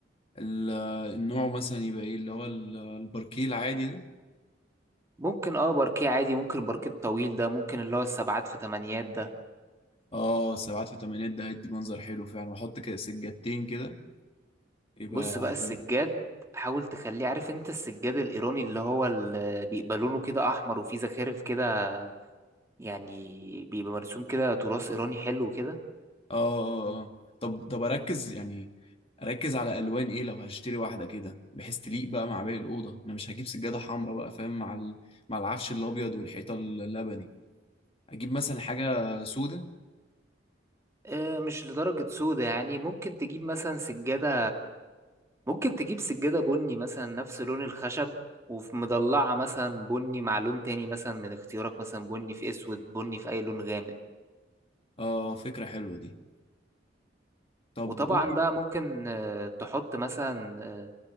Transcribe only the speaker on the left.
ال... النوع مثلا يبقى ايه اللي هو ال- الباركيه العادي ده
اه سبعات في تمانيات ده هيدي منظر حلو فعلا واحط كده سجادتين كده يبقى
حلو
اه اه اه طب طب اركز يعني اركز على الوان ايه لو هشتري واحدة كده بحيث تليق بقى مع باقي الأوضة انا مش هجيب سجادة حمراء بقى فاهم مع ال... مع العفش الأبيض والحيطة اللبني اجيب مثلا حاجة سودة
اه فكرة حلوة دي طب
قول لي